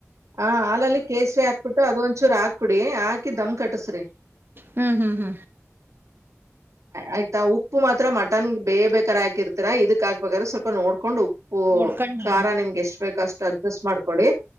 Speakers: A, on the right; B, on the right.
A: ಹ ಹಾಲಲ್ಲಿ ಕೇಸರಿ ಹಾಕ್ಬಿಟ್ಟು ಅದ ಒಂದ್ಚೂರು ಹಾಕ್ಬಿಡಿ ಹಾಕಿ ದಮ್ ಕಟ್ಟಸ್ರಿ
B: ಹ್ಮ್ ಹ್ಮ್ ಹ್ಮ್
A: ಆಯ್ತಾ ಉಪ್ಪು ಮಾತ್ರ ಮಟನ್ ಬೇ ಬೇಕಾರ್ ಹಾಕಿರ್ತೀರಾ ಇದಕ್ ಹಾಕ್ಬೇಕಾದ್ರೆ ಸ್ವಲ್ಪ ನೋಡ್ಕೊಂಡು ಉ ಓ
B: ನೋಡ್ಕೊಂಡು
A: ಖಾರ ನಿಮ್ಗೆ ಎಷ್ಟ್ ಬೇಕಷ್ಟು ಅಡ್ಜಸ್ಟ್ ಮಾಡ್ಕೊಳ್ಳಿ